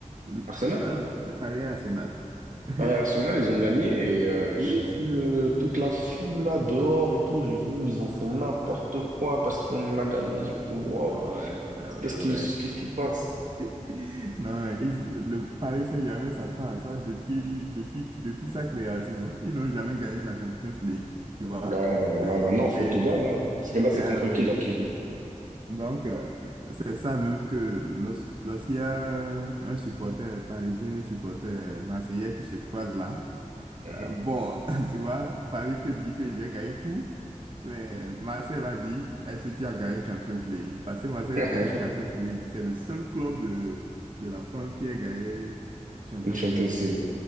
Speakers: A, on the right; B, on the right.
A: Mhm.
B: Arsenal.
A: Ah, c'est Paris à Arsenal. <laughs>
B: Paris et Arsenal, ils ont gagné et euh,
A: Oui.
B: j'ai vu euh, toute la foule là dehors et tout, j'ai vu, ils ont fait n'importe
A: Ah,
B: quoi parce qu'on a gagné, j'ai fait waouh.
A: Ouais, ouais, ouais,
B: Qu'est-ce qui,
A: ouais.
B: qu'est-ce qui se passe?
A: <laughs> Non, ils- le Paris Saint-Germain s'attend à ça depuis, depuis, depuis sa création. hein. Ils n'ont jamais gagné la Champions League, tu
B: Ouais,
A: vois?
B: ouais, maintenant, faut
A: Et,
B: qu'il gagne, hein. Parce que là, c'est
A: ah
B: contre qui,
A: oui,
B: là, qui joue?
A: oui. Donc, euh, c'est ça même que lorsque, lorsqu'il y a un, un supporter parisien, un supporter marseillais qui se croisent là,
B: Mhm.
A: euh, bon, <laughs> tu vois, Paris peut dire que j'ai gagné tout, mais Marseille va dire, est-ce que tu as gagné Champions League? Parce que Marseille
B: <laughs>
A: a gagné Champions League. C'est le seul club de, de la France qui a gagné Champions
B: Une Champions
A: League.
B: League.